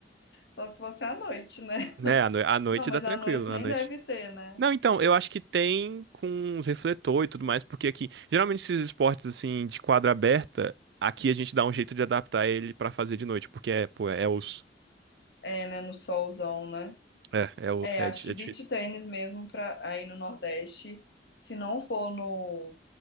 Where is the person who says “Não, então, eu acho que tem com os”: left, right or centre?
Right